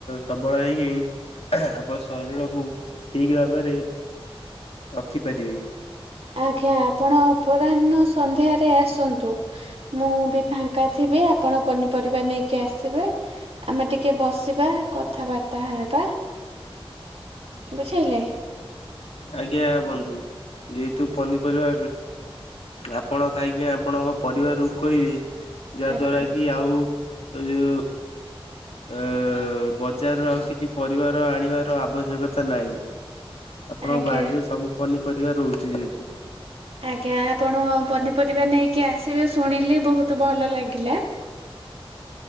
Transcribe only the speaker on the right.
ଆଜ୍ଞା ଆପଣ ଅପରାହ୍ନ ସନ୍ଧ୍ୟାରେ ଆସନ୍ତୁ। ମୁଁ ବି ଫାଙ୍କା ଥିବି ଆପଣ ପନିପରିବା ନେଇକି ଆସିବେ। ଆମେ ଟିକେ ବସିବା କଥାବାର୍ତ୍ତା ହେବା ବୁଝିଲେ।
ଆଜ୍ଞା
ଆଜ୍ଞା।
ଆଜ୍ଞା ଆପଣ ପନିପରିବା ନେଇକି ଆସିବେ ଶୁଣିଲି ବହୁତ ଭଲ ଲାଗିଲା।